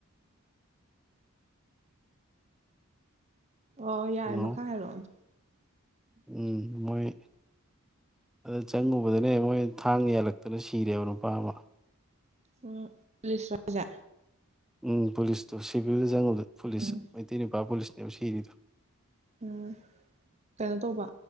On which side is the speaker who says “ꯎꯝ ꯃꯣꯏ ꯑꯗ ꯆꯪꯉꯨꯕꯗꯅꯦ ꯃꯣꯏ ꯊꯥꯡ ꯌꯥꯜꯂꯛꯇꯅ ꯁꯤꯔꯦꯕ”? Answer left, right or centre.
Centre